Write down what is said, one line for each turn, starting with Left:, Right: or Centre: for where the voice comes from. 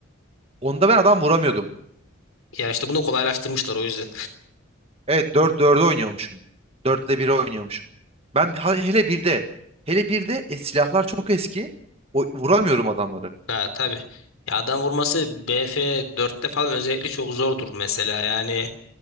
Right: Onda ben adam vuramıyordum.
Left: Ya işte bunu kolaylaştırmışlar o yüzden.
Right: Evet dört 4e oynuyormuşum. 4 ile 1'e oynuyormuşum. Ben bir- ha- hele birde, hele birde e, silahlar çok eski. O, vuramıyorum adamları.
Left: Ha tabii. Ya adam vurması BF4'te falan özellikle çok zordur mesela. Yani